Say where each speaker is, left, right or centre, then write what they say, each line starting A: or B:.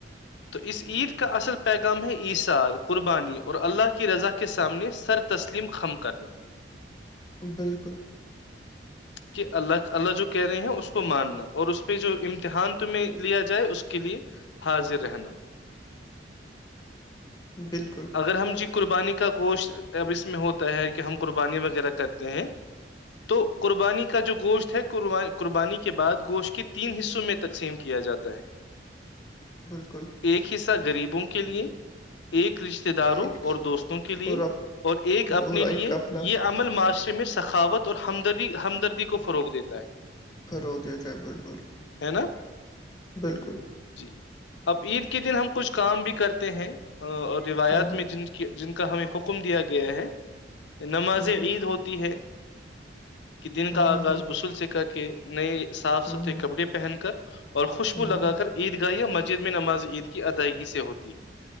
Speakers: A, on the left (about 70°); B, on the left (about 20°).
A: تو اس عید کا اصل پیغام ہے عصار قربانی اور اللہ کی رضا کے سامنے سر تسلیم خم کرنا
B: بالکل
A: کہ اللہ اللہ جو کہہ رہے ہیں اس کو کو ماننا اور اس پہ جو امتحان تمہ لیا جائے اس کے لیے حاضر رہنا
B: بالکل
A: اگر ہم جی قربانی کا گوشت اب اس میں ہوتا ہے کہ ہم قربانی وغیرہ کرتے ہیں تو قربانی کا جو گوشت ہے قربانی کی کے بعد گوشت کے تین حصوں میں تقسیم کیا جاتا ہے
B: بالکل
A: ایک حصہ گغریبوں کے لیے ایک رشتے رشتے داروں
B: ایک
A: اور دوستوں کے لیے
B: اور آپ
A: اور ایک اپنے
B: اور ایک
A: لیے
B: اپنا
A: یہ ہم ل معاشرے میں سخاوت اورد ہمدردی کو فروغ دیتا ہے
B: خھرو دیتا ہے بالکل
A: ہے نا
B: بالکل
A: جی اب عید کے دن ہم کچھ کام بھی کرتے ہیں اور روایات
B: ہوں
A: میں جن جن کا ہمیں حکم دیا گیا ہے نمازیں
B: ہوں ہوں
A: عید ہوتی ہے کہ دن
B: ہوں
A: کا
B: ہوں
A: آغاز
B: ہوں
A: غسل سے کر کے نئے صاف
B: ہوں
A: ستھھرے
B: ہوں
A: کپڑے پہن کر اور خوشبو
B: ہوں ہوں
A: لگا کر عید یا مسجد میں نماز عید کی ادائیگی سے ہوتی ہے